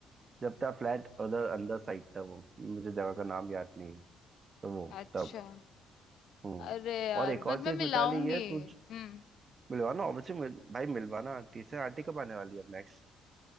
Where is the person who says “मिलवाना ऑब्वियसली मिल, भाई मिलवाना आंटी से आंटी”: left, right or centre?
Right